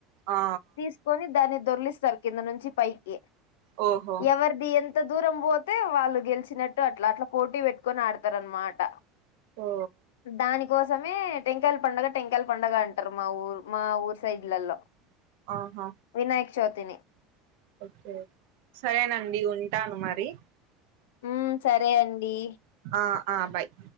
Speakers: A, on the right (about 70°); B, on the left (about 80°).
A: ఆ
B: తీసుకొని దాన్ని దొర్లిస్తారు కింద నుంచి పైకి
A: ఓహో
B: ఎవర్ <unintelligible> ఎంత దూరం పోతే వాళ్ళు గెలిచినట్టు అట్ల అట్ల పోటీ పెట్టుకొని పోతారు అనమాట
A: ఓ
B: దాని కోసమే టెంకాయలు పండుగ టెంకాయలు పండగ అంటారు మా ఊరు మా ఊరు సైడ్లలో
A: ఆహా
B: వినాయక చౌతిని
A: ఒకే సరేనండి ఉంటాను మరి
B: ఉ సరే అండి
A: ఆ ఆ బాయ్